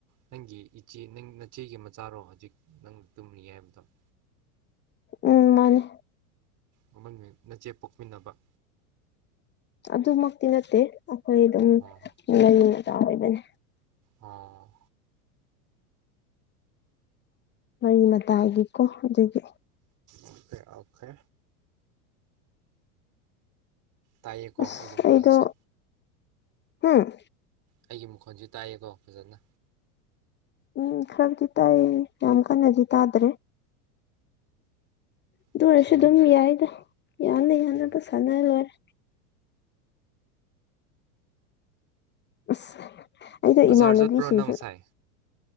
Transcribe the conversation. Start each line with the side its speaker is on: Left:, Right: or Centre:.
Right: ꯅꯪꯒꯤ ꯏꯆꯦ ꯅꯪ ꯅꯆꯦꯒꯤ ꯃꯆꯥꯔꯣ ꯍꯧꯖꯤꯛ ꯅꯪ ꯇꯨꯝꯔꯤ ꯍꯥꯏꯕꯗꯣ?
Left: ꯎꯝ ꯃꯥꯅꯦ
Right: <unintelligible> ꯅꯆꯦ ꯄꯣꯛꯃꯤꯟꯅꯕ?
Left: ꯑꯗꯨꯃꯛꯇꯤ ꯅꯠꯇꯦ ꯑꯩꯈꯣꯏ ꯑꯗꯨꯝ
Right: ꯑꯣ
Left: ꯃꯔꯤ ꯃꯇꯥꯆꯥ ꯑꯣꯏꯕꯅꯦ꯫
Right: ꯑꯣ꯫
Left: ꯃꯔꯤ ꯃꯇꯥꯒꯤꯀꯣ ꯑꯗꯨꯒꯤ꯫
Right: Okay okay. ꯇꯥꯏꯌꯦꯀꯣ
Left: ꯑꯁ
Right: ꯑꯩꯒꯤ ꯃꯈꯣꯜꯁꯦ꯫
Left: ꯑꯩꯗꯣ ꯍꯝ
Right: ꯑꯩꯒꯤ ꯃꯈꯣꯟꯁꯨ ꯇꯥꯏꯌꯦꯀꯣ ꯐꯖꯅ
Left: ꯎꯝ ꯈꯔꯕꯨꯗꯤ ꯇꯥꯏꯌꯦ ꯌꯥꯝ ꯀꯟꯅꯗꯤ ꯇꯥꯗ꯭ꯔꯦ ꯑꯗꯨ
Right: ꯑꯣꯀꯦ
Left: ꯑꯣꯏꯔꯁꯨ ꯑꯗꯨꯝ ꯌꯥꯏꯗ ꯌꯥꯅ ꯌꯥꯅꯕ
Right: ꯎꯝ
Left: ꯁꯥꯟꯅ ꯂꯣꯏꯔꯦ ꯑꯁ ꯑꯩꯗꯣ
Right: ꯕꯖꯥꯔ
Left: ꯏꯃꯥꯟꯅꯕꯤꯁꯤꯡꯁꯨ
Right: ꯆꯠꯄ꯭ꯔꯣ ꯅꯪ ꯉꯁꯥꯏ